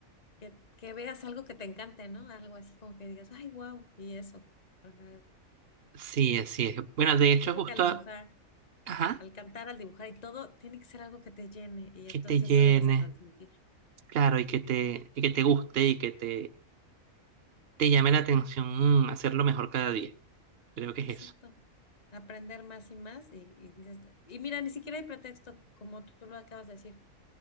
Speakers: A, on the left (about 30°); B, on the right (about 50°).
A: que, que veas algo que te encante, ¿no? Algo así como que digas, ay, wow, y eso. Ajá.
B: Sí, así es. Bueno, de hecho,
A: Yo creo
B: justo,
A: que al dibujar,
B: a- ajá,
A: al cantar, al dibujar y todo, tiene que ser algo que te llene y
B: que
A: entonces
B: te llene,
A: tú lo vas a transmitir.
B: claro, y que te, y que te guste y que te, te llame la atención mm, hacerlo mejor cada día. Creo que
A: Exacto.
B: es eso.
A: Aprender más y más y, y dices, y mira, ni siquiera hay pretexto, como tú lo acabas de decir.